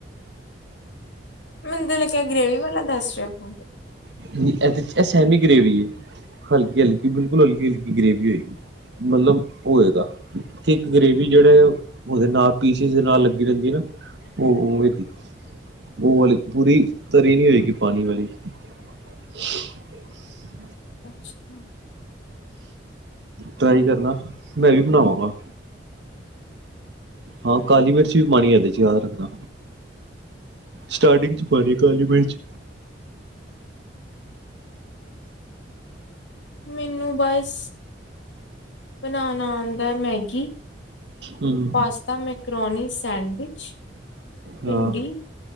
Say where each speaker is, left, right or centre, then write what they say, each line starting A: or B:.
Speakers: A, on the left; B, on the right.
A: ਮੈਨੂੰ ਤੇ ਲੱਗੀਆਂ ਗ੍ਰੇਵੀ ਵਾਲਾ ਦੱਸ ਰਹੇ ਹੋ <inaudible>
B: ਇਹਦੇ ' ਇਹ ਸੈਮੀ ਗਰੇੇਵੀ ਹੈ। ਹਲਕੀ -ਹਲਕੀ ਬਿਲਕੁਲ ਹਲਕੀ- ਹਲਕੀ ਗਰੇੇਵੀ ਹੋਗੀ ਮਤਲਬ ਹੋਵੇਗਾ ਤੇ ਇੱਕ ਗਰੇਵੀ ਜਿਹੜਾ ਉਹਦੇ ਨਾਲ ਪੀਸਿਸ ਦੇ ਨਾਲ ਲੱਗੀ ਜਾਂਦੀ ਹੈ ਨਾ ਉਹਗੀ ਉਹ ਵਾਲ ਪੂਰੀ ਤਰੀ ਨਹੀਂ ਹੋਏਗੀ ਪਾਣੀ ਵਾਲੀ <unintelligible>
A: <inaudible>
B: ਟਰਾਈ ਕਰਨਾ, ਮੈਂ ਵੀ ਬਣਾਵਾਂਗਾ। ਹਾਂ, ਕਾਲੀ ਮਿਰਚ ਵੀ ਪਾਣੀ ਹੈ ਇਹਦੇ' ਚ ਯਾਦ ਰੱਖਣਾ ਸਟਾਰਟਿੰਗ ਚ ਪਾਨੀ ਕਾਲੀ ਮਿਰਚ
A: ਨੂੰ ਬਸ ਬਨਣਾ ਮੈਂ ਮੈਗੀ
B: ਹੂੰ
A: ਪਾਸਤਾ, ਮੈਕਰੋਨੀ, ਸੈਂਡਵਿਚ, ਭਿੰਡੀ,
B: ਹਾਂ